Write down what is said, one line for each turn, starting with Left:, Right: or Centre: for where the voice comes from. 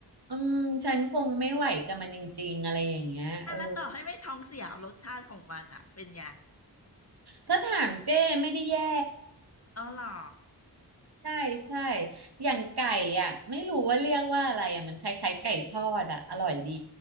Right: อืมฉันคงไม่ไหวกับมันจริงๆอะไรอย่างเงี้ยเออ
Left: อ่ะแล้วต่อให้ไม่ท้องเสียรสชาติของมันอ่ะเป็นไง
Right: ถ้าถามเจ้ไม่ได้แย่
Left: อ๋อเหรอ
Right: ใช่ใช่อย่างไก่อ่ะไม่รู้ว่าเรียกว่าอะไรอ่ะมันคล้ายๆไก่ทอดอ่ะอร่อยดี